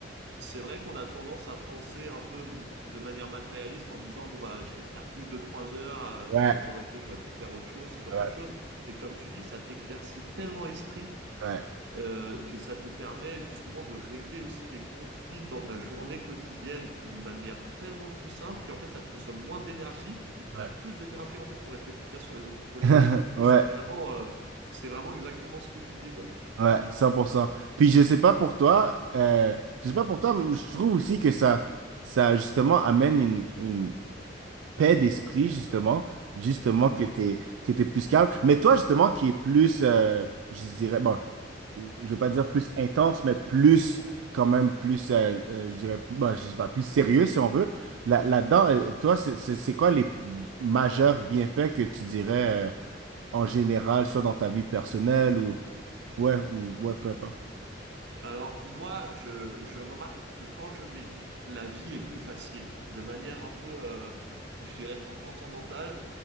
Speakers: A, on the right; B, on the right.
A: c'est vrai qu'on a tendance à penser un peu m- de manière matérialiste en disant, bon, bah, j'ai perdu deux trois heures
B: Ouais,
A: euh, dans lesquelles j'aurais pu faire autre chose, ce genre
B: ouais,
A: de choses. Mais comme tu dis, ça t'éclaircit tellement l'esprit
B: ouais,
A: euh, que ça te permet justement de régler aussi les conflits dans ta journée quotidienne de manière tellement plus simple qu'en fait ça te consomme moins d'énergie et tu
B: ouais.
A: as plus d'énergie en fait pour être efficace sur les autres projets.
B: <laughs> Ouais.
A: Donc c'est vraiment, euh, c'est vraiment exactement ce que tu dis quoi.
B: Ouais, cent pour cent Puis je sais pas pour toi, euh, je sais pas pour toi, mais je trouve aussi que ça, ça justement amène une, une paix d'esprit, justement, justement
A: Mhm.
B: que t'es, que t'es plus calme. Mais toi, justement, qui est plus, euh, je dirais, bon, je veux pas dire plus intense, mais plus, quand même, plus, euh, euh, je dirais, plus, bon, je sais pas, plus sérieux, si on veut. Là, là-dedans, euh, toi, c'est c'est- c'est quoi les majeurs bienfaits que tu dirais, euh, en général, soit dans ta vie personnelle Ouais, ou ouais, peu importe.
A: Alors moi je, je remarque que quand je médite, la vie est plus facile, de manière un peu, euh, je dirais transcendantale.